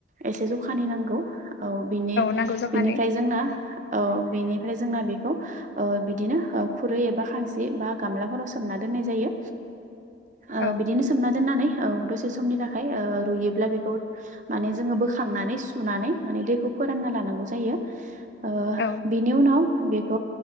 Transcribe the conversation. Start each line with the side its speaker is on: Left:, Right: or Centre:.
Right: एसे <unintelligible> <unintelligible> नांगौ औ बिनि-
Left: नांगौ जखानि
Right: बिनिफाय जोंना
Left: औ
Right: औ बिनिफ्राय जोंना बेखौ ओ बिदिनो खुरै एबा खांसि बा गामलाफोराव सोमना दोननाय जायो। ओ
Left: औ
Right: बिदिनो सोमना दोननानै औ दसे समनि थाखाय ओ रुयोब्ला, बेखौ माने जोङो बोखांनानै सुनानै माने दैखौ फोरानना लानांगौ जायो। ओ
Left: औ
Right: बेनि उनाव बे <unintelligible> ओ